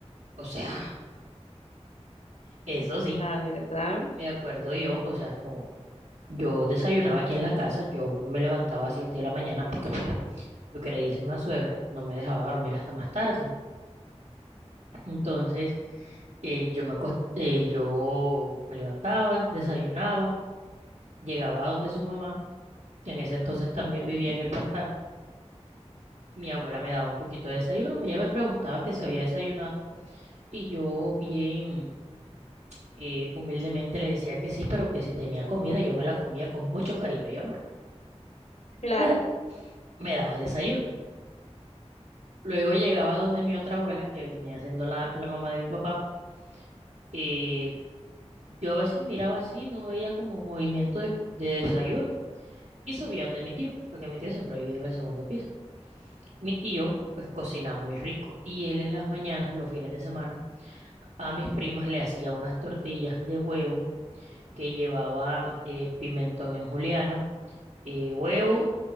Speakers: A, on the right (about 75°); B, on the left (about 65°).
A: O sea, eso sí,
B: La verdad.
A: me acuerdo yo, o sea, como Yo desayunaba aquí en la casa, yo me levantaba a 7 de la mañana porque pues lo que le dice mi suegra no me dejaba dormir hasta más tarde. Entonces eh, yo, me acos- eh, yo me levantaba, desayunaba, llegaba a donde su mamá, que en ese entonces también
B: ujú.
A: vivía en el pantano. Mi abuela me daba un poquito de desayuno, ella me preguntaba que si había desayunado y yo bien eh, humildemente le decía que sí, pero que si tenía comida yo me la comía con mucho cariño y amor.
B: Claro,
A: Eh, Me daba desayuno. Luego llegaba donde mi otra abuela, que venía siendo la, la mamá de mi papá, y yo a veces miraba así, no veía como movimiento de, de desayuno. Y subía donde mi tío, porque mi tío siempre vive en el segundo piso. Mi tío, pues, cocina muy rico. Y él en las mañanas, los fines de semana, a mis primas le hacía unas tortillas de huevo que llevaban eh, pimentón en juliana, eh, huevo